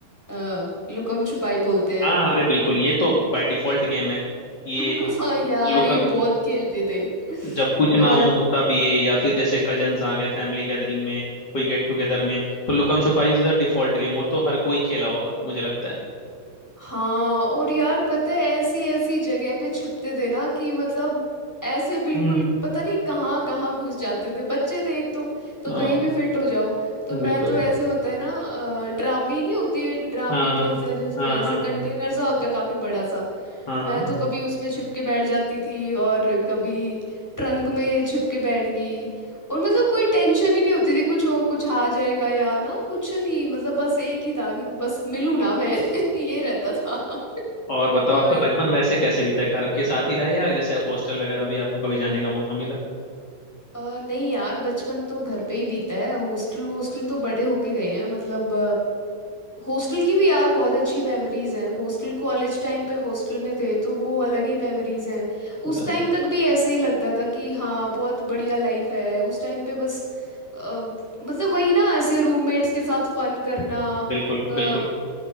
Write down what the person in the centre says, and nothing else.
अ, लुकम छुपाई बोलते हैं
<laughs> हाँ यार
ये बहुत खेलते थे
और
हाँ और यार पता है ऐसी ऐसी जगह पे छिपते थे ना कि मतलब ऐसे बिल्कुल
पता नहीं कहाँ कहाँ घुस जाते थे बच्चे थे एक तो तो
कहीं भी फिट हो जाओ तो मैं
तो ऐसे होता है ना अ, ड्रामी नहीं होती है ड्रामी
बोलते हैं जिसको
ऐसे
कंटेनर सा होता है काफी बड़ा सा
मैं
तो कभी उसमें छिप के बैठ जाती थी और कभी ट्रंक में छिप के बैठ गई और मतलब कोई टेंशन ही नहीं होती थी कुछ हो कुछ आ जाएगा या ना कुछ नहीं मतलब बस एक ही था कि बस मिलूँ ना मैं <laughs> ये रहता था
और
अ, नहीं यार बचपन तो घर पे ही बीता है हॉस्टल हॉस्टल तो बड़े होके गए हैं मतलब हॉस्टल की भी यार बहुत अच्छी मेमोरीज हैं हॉस्टल कॉलेज टाइम पे हॉस्टल में थे तो वो अलग ही मेमोरीज हैं
उस टाइम तक भी ऐसे ही लगता था कि हाँ बहुत बढ़िया लाइफ है उस टाइम पे बस अ, मतलब वही ना ऐसे रूममेट्स के साथ फन करना
अ,